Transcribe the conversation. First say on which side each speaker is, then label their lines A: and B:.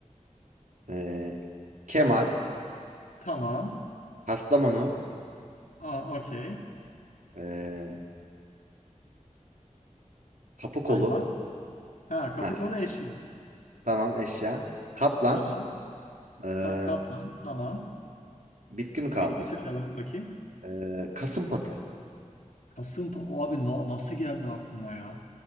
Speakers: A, on the right; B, on the left.
A: Ee, Kemal,
B: Tamam.
A: Kastamonu,
B: Aa, okey.
A: ee, Kapı
B: Hayvan.
A: kolu.
B: Ha, kapı
A: Ha,
B: kolu eşya.
A: tamam eşya. Kaplan.
B: Tamam.
A: Ee,
B: Ka- kaplan. Tamam.
A: bitki mi kaldı?
B: Bitki söyle bak- bakayım.
A: Ee, kasım patı.
B: Kasım o abi na- nasıl geldi aklına ya?